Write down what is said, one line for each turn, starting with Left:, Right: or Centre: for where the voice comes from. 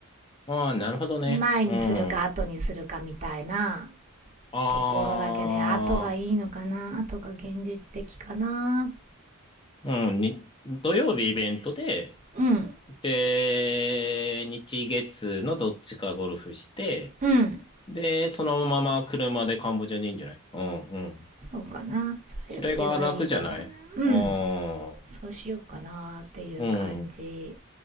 Left: ああ、なるほどね。
Right: 前にするか後にするかみたいな
Left: うん。ああ、
Right: ところだけで、後がいいのかな後が現実的かな
Left: うん、に、土曜日イベントで、
Right: うん、
Left: で、日月のどっちかゴルフして、
Right: うん。
Left: で、そのまま車でカンボジアでいいんじゃないうん、うん。
Right: そうかな。それ、
Left: それが楽じゃないああー、
Right: それがいいかもね。うん。そうしようかなっていう感じ。
Left: うん、